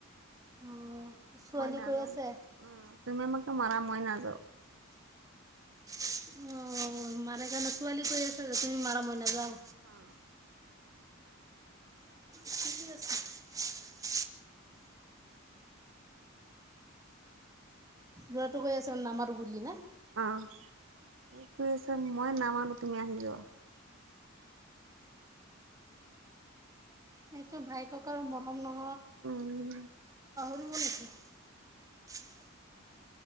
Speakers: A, on the right; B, on the right.
A: অ ছোৱালী
B: মই নাযাওঁ,
A: কৈ আছে
B: উম, তুমি আমাকে মাৰা, মই নাযাওঁ।
A: অ', মাৰা কাৰণে ছোৱালী কৈ আছে যে তুমি মাৰা মই নাযাওঁ।
B: অ'
A: <inaudible> লৰাটো কৈ আছে নামাৰো বুলি না?
B: অ', ই কৈ‌ আছে‌ মই নামানো তুমি আহি যোৱা।
A: সেইটো ভাই ককাইৰ মৰম ন?
B: উম
A: <inaudible>